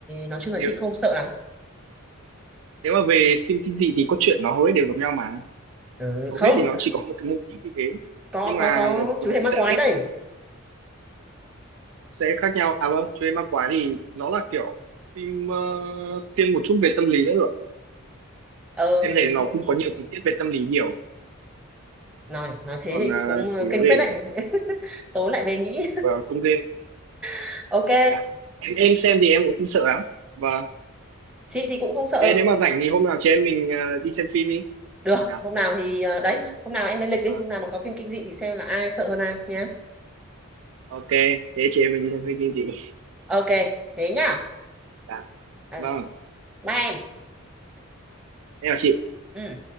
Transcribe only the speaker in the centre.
nói chung là
chị không sợ lắm
ừ,
không
có
có có
chú hề ma
quái đây
ờ
đúng
rồi
nói nói thế
thì
cũng ờ,
kinh
phết đấy <laughs> tối lại về nghĩ
<laughs> ok
chị thì cũng không sợ
Được,
hôm nào thì ờ, đấy,
hôm nào em lên lịch đi,
hôm nào mà có phim kinh dị thì xem là ai sợ hơn ai nhé.
Ok, thế nhá.
Ừ,
bye em.
Ừ.